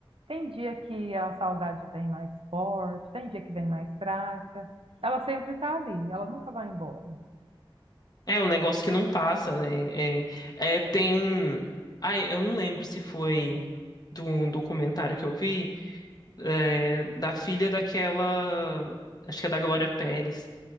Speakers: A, on the right; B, on the left.
A: Tem dia que a saudade vem mais forte, tem dia que vem mais fraca. Ela sempre está ali, ela nunca vai embora.
B: É um negócio que não passa, né? É, é, tem. Ai, eu não lembro se foi de um documentário que eu vi, é, da filha daquela. Acho que é da Glória Pérez